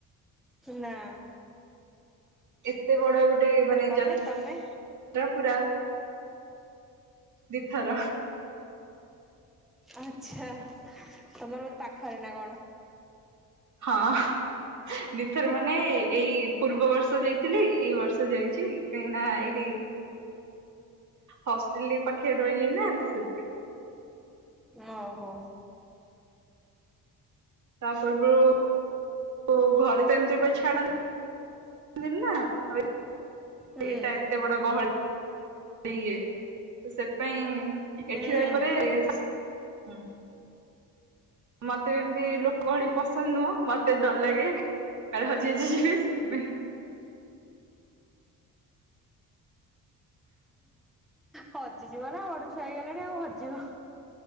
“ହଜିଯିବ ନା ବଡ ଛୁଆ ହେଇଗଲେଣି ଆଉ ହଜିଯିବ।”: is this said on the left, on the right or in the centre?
Centre